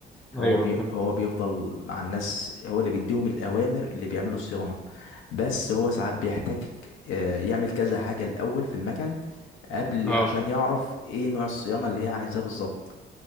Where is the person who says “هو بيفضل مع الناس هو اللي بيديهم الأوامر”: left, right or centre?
Left